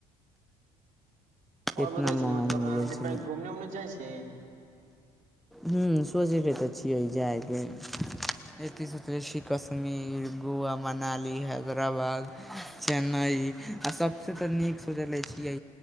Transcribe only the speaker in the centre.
इतना
महग
मिलै
छै
हू। सोचैकेँ तऽ छियै जायइके। एकतीस छी, कश्मीर, गोवा, मनाली, हैदराबाद। चेन्नई आ सभसँ तऽ नीक सोचले छियै।